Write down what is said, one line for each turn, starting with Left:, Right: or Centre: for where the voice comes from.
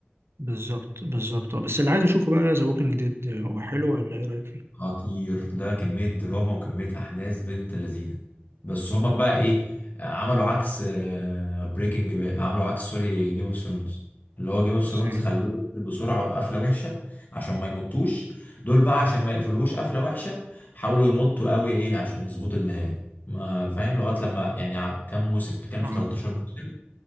Right: بالظبط بالظبط آه، بس اللي عايز اشوفه بقى ذا ووكينج ديد هو حلو ولا ايه رايك فيه
Left: خطير ده كمية دراما وكمية أحداث بنت لذينة بس هما بقى إيه آه، عملوا عكس بريكنج بقى عملوا عكس سوري جيم اوف ثرونز اللي هو جيم اوف ثرونز
Right: ازاي
Left: خلوه يقفل بسرعة وقفلة وحشة عشان ما يمطوش دول بقى عشان ما يقفلوش قفلة وحشة حاولوا يمطوا قوي إيه عشان يظبطوا النهاية ما فاهم لغاية لما يعني ع- كام موسم بتتكلم في
Right: اه
Left: 13 موسم